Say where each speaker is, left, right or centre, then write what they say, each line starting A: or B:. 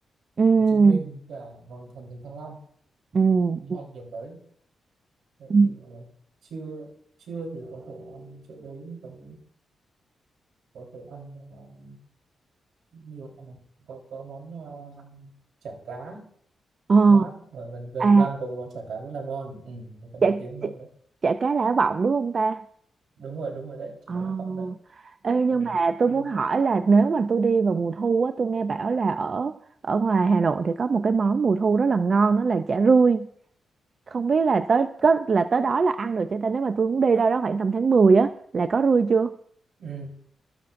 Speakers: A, on the right; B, on the right.
A: ừ
B: Hồ Chí Minh và Hoàng Thành Thánh Thăng Long
A: ừ
B: đi
A: ừ.
B: hai địa điểm đấy đấy
A: ừ.
B: thì uh, trưa trưa thì có thể ăn chỗ đấy còn có thể ăn uh, nhiều ờ, có có món uh, chả cá
A: ờ
B: ngon lắm ở gần gần
A: à
B: lăng có cái món chả cá rất là ngon ừ, có cái
A: chả
B: nổi tiếng Hà Nội
A: chả
B: đấy
A: chả cá Lã Vọng đúng không ta
B: đúng rồi đúng rồi đấy chả
A: Ờ.
B: cá Lã Vọng đấy
A: Ê, nhưng
B: ừ,
A: mà tôi
B: thì,
A: muốn hỏi là nếu mà tôi đi vào mùa thu á, tôi nghe bảo là ở ở ngoài Hà Nội thì có một cái món mùa thu rất là ngon đó là chả rươi. Không biết là tới có là tới đó là ăn được cho ta nếu mà tôi muốn đi đâu đó khoảng tầm tháng mười á là có rươi chưa?
B: ừ.